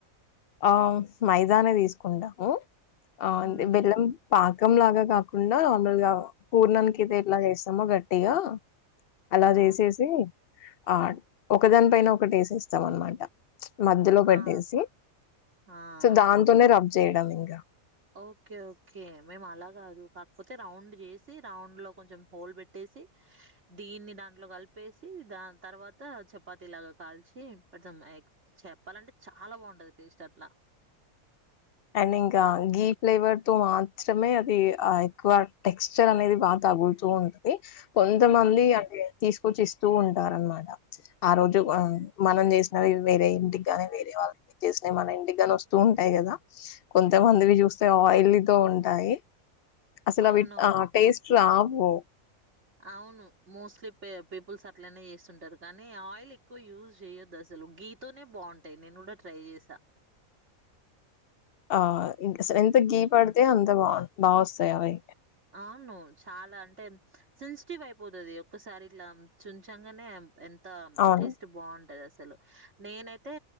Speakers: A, on the left; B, on the right.
A: ఆ మైదానే తీసుకుంటాము ఆంది
B: ఉమ్
A: బెల్లం పా పాకం లాగా కాకుండా నార్మల్ గా పూర్ణానికి అతే ఎట్లా చేస్తామో గట్టిగా అలా
B: ఆ
A: చేసేసి ఆ ఒక దాని పైన ఒకటేస్స్తాం అనమాట మధ్యలో పెట్టేసి
B: ఆ ఆ
A: సో దాన్తోనే రా కబ్ చేయడం ఇంకా
B: ఓకే ఓకే మేము అలా కాదు కాకపోతే రౌండ్ చేసి రౌండ్ లో కొంచెం హోల్ పెట్టేసి దీన్ని దాంట్లో కలిపేసి దా తర్వాత చపాతిలాగా కాల్చి పె చెప్పాలంటే చాలా బాగుంటది టేస్ట్ అట్లా
A: అండ్ ఇంకా
B: ప
A: గీ ఫ్లేవర్ తో మాత్రమే అది ఆ ఎక్కువ టెక్స్చర్ అనేది బాగా తగులుతూ ఉంటది కొంతమంది
B: ఆ,
A: అంటే తీసుకొచ్చి ఇస్తూ ఉంటారు అన్నమాట ఆ రోజు మనం చేసినవి వేరే ఇంటికి నీ వేరే వాళ్ళ చేసినావి మన ఇంటికి గాని వస్తూ ఉంటాయి కదా కొంతమందివి చూస్తే ఆయిల్తో ఉంటాయి అసలు
B: అవునవును
A: అవి ఆ టేస్ట్ రా ఓ
B: అవును మోస్ట్లీ పీపుల్స్ అట్లనే చేస్తుంటారు కానీ ఆయిల్ ఎక్కువ యూజ్ చేయ్యొద్దు అసలు గీతోనే బాగుంటాయి నేను కూడా ట్రై చేసా
A: ఆ ఇంస ఎంత గీ పడితే అంత బా బా వస్తాయి అవి
B: అవును చాలా అంటే సెన్సిటివ్ అయిపోతుది ఒక్కసారి ఇట్లా చుంచంగానే ఎంత
A: అవును.
B: టేస్ట్ బాగుంటది అస అసలు నేనైతే